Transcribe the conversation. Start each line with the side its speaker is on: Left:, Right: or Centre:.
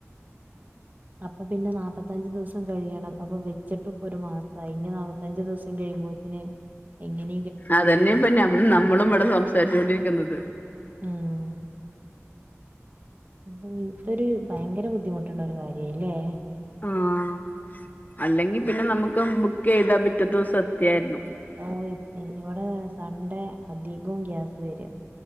Right: അപ്പൊ പിന്നെ നാല്പ്പത്തഞ്ച് ദിവസം കഴിയണം അപ്പൊ വെച്ചിട്ടും ഇപ്പൊ ഒരു മാസയി അഞ്ച് ദിവസം കഴിയുമ്പോത്തിന് എങ്ങനെ
Left: അതെന്നെപ്പം നന്നമ്മളും വടെ സംസാരിച്ചൊണ്ടിരിക്കുന്നത്
Right: ഉം അഹ് ഇതൊരു ഭയങ്കര ബുദ്ധിമുട്ട് ഉള്ളൊരു കാര്യായില്ലേ
Left: ആഹ് അല്ലെങ്കിൽ പിന്നെ നമക്ക് ബുക്ക് ചെയ്താ പിറ്റത്തെ ദിവസം എത്തായിരുന്നു
Right: ഓ എ ഇവിടെ സൺണ്ടേ അധികവും ഗ്യാസ് വര്യാ